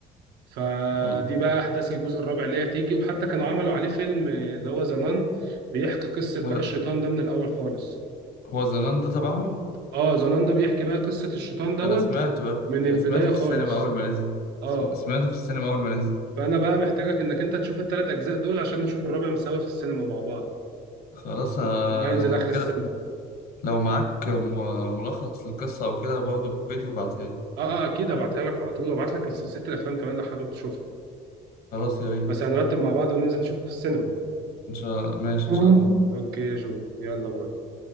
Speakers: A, on the right; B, on the left.
A: فدي
B: وال-
A: بقى احداث الجزء الرابع اللي هي هتيجي وحتى كانوا عملوا عليه فيلم اللي هو زنان بيحكي قصة بقى
B: ولا
A: الشيطان ده من الاول خالص
B: هو زمان ده تبعهم؟
A: اه زنان ده بيحكي بقى قصة الشيطان دوت
B: ده أنا سمعته يا ابني
A: من البداية
B: أنا سمعته في
A: خالص
B: السينما أول ما نزل
A: اه
B: سم- سمعته في السينما أول ما نزل
A: فأنا بقى محتاجك إنك أنت تشوف التلات أجزاء دول عشان نشوف الرابع سوا في السينما مع بعض
B: خلاص أنا
A: إن هو هينزل
B: لو
A: آخر
B: كده
A: السنة
B: لو معاك م- ملخص للقصة أو كده برضه فيديو بعتها لي
A: اه اه أكيد هبعتها لك على طول وأبعت لك سلسلة الأفلام كمان لو حابب تشوفها
B: خلاص يا ريت
A: بس هنرتب مع بعض وننزل نشوفه في السينما
B: إن شاء الله. ماشي
A: مم.
B: إن شاء الله
A: أوكي يا جو يلا باي